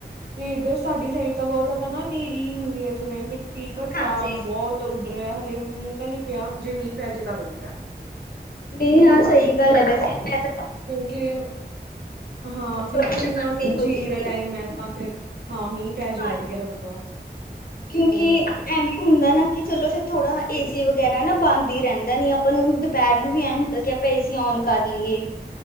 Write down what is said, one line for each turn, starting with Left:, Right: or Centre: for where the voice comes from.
Right: ਤੇ ਇੱਧਰ ਸਾਡੀ ਸਾਈਡ ਤਾਂ ਬਹੁਤ ਜ਼ਿਆਦਾ ਨਾ ਹਨੇਰੀ ਹੁੰਦੀ ਹੈ ਜਿਵੇਂ ਮਿੱਟੀ ਘੱਟਾ
Left: ਹਾਂਜੀ
Right: ਬਹੁਤ। ਉੱਡ ਰਿਹਾ ਹਾਲੇ ਮੀਂਹ ਤਾਂ ਨਹੀਂ ਪਿਆ, ਜੇ ਮੀਂਹ ਪੈ ਜੇ ਤਾਂ ਵਧੀਆ।
Left: ਮੀਂਹ ਆਉਣਾ ਚਾਹੀਦਾ ਹੈ ਵੈਸੇ ਤੇ-
Right: ਕਿਉਂਕਿ ਹਾਂ ਕਿਉਂਕਿ
Left: ਥੋੜੀ
Right: ਹੁਣ
Left: ਸ਼ਾਂਤੀ
Right: ਫੇਰ
Left: ਹੋ
Right: ਜੀਰੀ
Left: ਜਾਏਗੀ
Right: ਦਾ ਟਾਈਮ ਹੈ ਤਾਂ ਫੇਰ। ਹਾਂ ਮੀਂਹ ਪੈ ਜੇ
Left: ਹਾਂਜੀ
Right: ਵਧੀਆ ਰਹੂਗਾ।
Left: ਕਿਉਂਕਿ
Right: ਹੋਰ
Left: ਐਵੇਂ ਹੁੰਦਾ ਨਾ ਕਿ ਚਲੋ ਫੇਰ ਥੋੜਾ ਏਸੀ ਵਗੈਰਾ ਨਾ ਬੰਦ ਹੀ ਰਹਿੰ- ਦਾਂ ਨੀ ਆਪਾਂ ਨੂੰ ਦੁਪਹਿਰ ਨੂੰ ਵੀ ਐਂ ਹੁੰਦਾ ਕਿ ਆਪਾਂ ਏਸੀ ਔਨ ਕਰ ਲਈਏ।